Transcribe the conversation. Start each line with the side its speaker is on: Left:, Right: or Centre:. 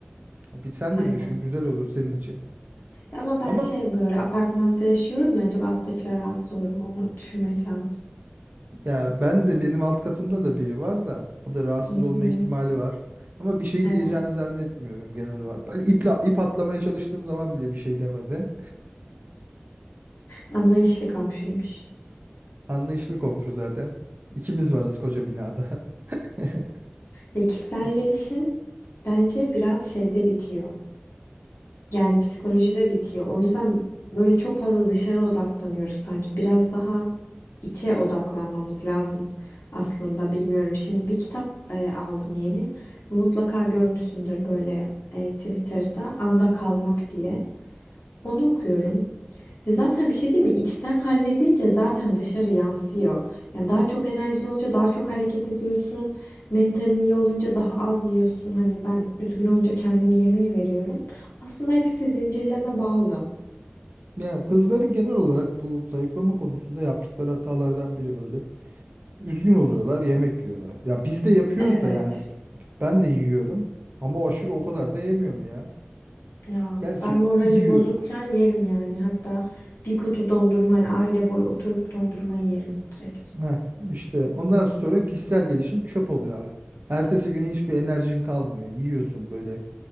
Right: Bir sen
Left: Aynen.
Right: de düşün güzel olur senin için.
Left: Ama ben
Right: Ama
Left: şey böyle apartmanda yaşıyorum ya acaba alttakiler rahatsız olur mu onu düşünmek lazım.
Right: ya ben de benim alt katımda da biri var da o da rahatsız
Left: Hı
Right: olma
Left: hı.
Right: ihtimali var. Ama bir şey
Left: Evet.
Right: diyeceğini zannetmiyorum genel olarak. Ben ipla, ip atlamaya çalıştığım zaman bile bir şey demedi.
Left: Anlayışlı komşuymuş.
Right: Anlayışlı komşu zaten. İkimiz varız koca binada. <laughs>
Left: Ya kişisel
Right: Bu-
Left: gelişim bence biraz şeyde bitiyor. Yani psikolojide bitiyor. O yüzden böyle çok fazla dışarı odaklanıyoruz sanki. Biraz daha içe odaklanmamız lazım aslında. Bilmiyorum. Şimdi bir kitap e, aldım yeni. Mutlaka görmüşsündür böyle e, Twitter'da Anda Kalmak diye. Onu okuyorum. Ya zaten bir şey değil mi? İçten halledince zaten dışarı yansıyor. Yani daha çok enerjin olunca daha çok hareket ediyorsun. Mentalin iyi olunca daha az yiyorsun. Hani ben üzgün olunca kendimi yemeğe veriyorum. Aslında hepsi zincirleme bağlı.
Right: Ya kızların genel olarak bu zayıflama konusunda yaptıkları hatalardan biri böyle. üzgün oluyorlar, yemek yiyorlar. Ya biz de yapıyoruz
Left: Evet.
Right: da yani ben de yiyorum ama aşırı o kadar da yemiyorum ya.
Left: Ya
Right: Gerçi
Left: ben moralim
Right: yiyor.
Left: bozukken yerim yani. Hatta bir kutu dondurma hani aile boyu oturup dondurmayı yerim direkt.
Right: Heh, işte ondan sonra kişisel gelişim çöp oluyor. ha. Ertesi gün hiçbir enerjin kalmıyor. Yiyorsun böyle